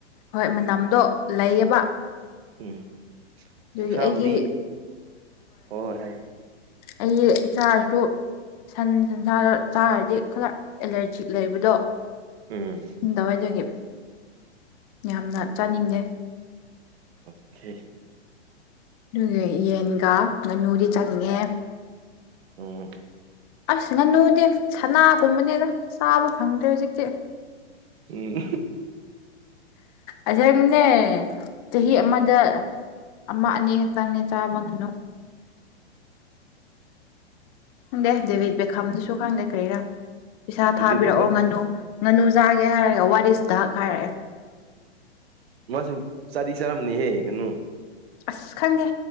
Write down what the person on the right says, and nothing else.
ꯎꯝ
ꯎꯞꯁꯥꯕꯨꯗꯤ
ꯍꯣꯏ ꯍꯣꯏ ꯍꯥꯏꯌ
ꯎꯝ
ꯑꯣꯦ
ꯎꯝ
ꯎꯝ
ꯗꯤꯕꯤꯠ
ꯏꯀꯝ
ꯃꯥꯁꯨ ꯆꯥꯗꯤ ꯆꯥꯔꯝꯅꯤꯍꯦ ꯉꯩꯅꯨ